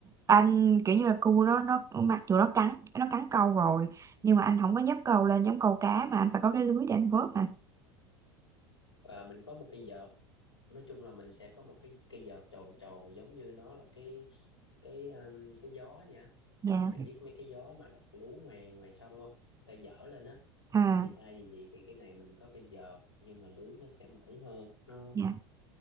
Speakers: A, on the right; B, on the left.
A: anh kiểu như là cu nó nó mặc dù nó cắn nó cắn câu rồi nhưng mà anh không có nhấc câu lên giống câu cá mà anh phải có cái lưới để anh vớt hả
B: và mình có một cái vợt nói chung là mình sẽ có một cái cái vợt tròn tròn giống như nó là cái cái um, cái gió vậy á.
A: dạ
B: em biết mấy cái gió mà đặt lú ngoài ngoài sông không người ta dở lên á
A: à
B: thì thay vì vậy thì cái này mình có cái vợt nhưng mà lưới nó sẽ mỏng hơn nó
A: dạ